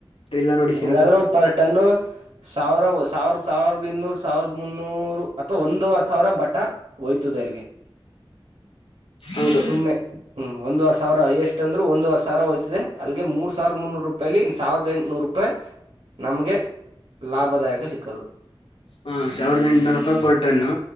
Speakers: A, on the left; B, on the right.
A: ಟ್ರಿಲ್ಲರ್ ಹೊಡಿಸಿರೋದು
B: ಹೆಂಗಾದ್ರು ಪರ್ ಟನ್ನು ಸಾವಿರ ಸಾವಿರ ಸಾವಿರದ ಇನ್ನೂರು ಸಾವಿರದ ಮುನ್ನೂರ ನೂರು ಅಥವಾ ಒಂದೂವರ್ ಸಾವಿರ ಬಟ್ಟ ಹೋಯ್ತದೆ ಎಲ್ಲಿಗೆ
A: ಹೌದು
B: ಸುನೆ ಹ್ಮ್ ಒಂದುವರ್ ಸಾವಿರ ಎಷ್ಟ ಅಂದ್ರು ಒಂದುವರೆ ಸಾವಿರ ಹೋಯ್ತದೆ ಅಲ್ಲಿಗೆ ಮೂರ್ ಸಾವಿರದ ಮುನ್ನೂರು ರೂಪಾಯಲಿ ಇ ಸಾವಿರದ ಎ ನೂರು ರೂಪಾಯಿ ನಮ್ಗೆ ಲಾಭದಾಯಕ ಸಿಕ್ಕದು
A: ಹಾ ಸಾವಿರದ ಎಂಟನೂರು ರೂಪಾಯಿ ಪೋಲ್ಟನ್ನು